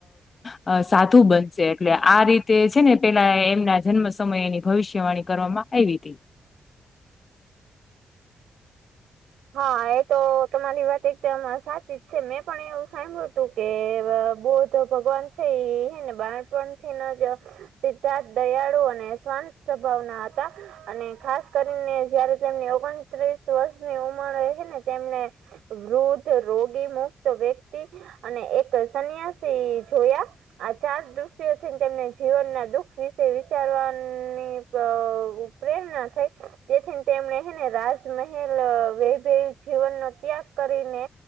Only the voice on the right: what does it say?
હા એ તો તમારી વાત એકદમ સાચી છે, મેં પણ એવું સાંભ્યું હતું કે બૌદ્ધ ભગવાન છે હેને બાળપણથીને જ સિદ્ધાર્થ દયાળુ અને શવાંત સ્વભાવના હતા અને ખાસ કરીને જયારે તેમની ઓગણત્રીસ વર્ષની ઉંમરે હેને તેમને વૃદ્ધ રોગી મુક્ત વ્યક્તિ અને એક સન્યાસી જોયા આ ચાર દ્રશ્યો થી તેમને જીવનના દુઃખ વિશે વિચારવાની અ પ્રેરણા થાય તેથીને તેમણે હેને રાજમહેલ વૈભવ જીવનનો ત્યાગ કરીને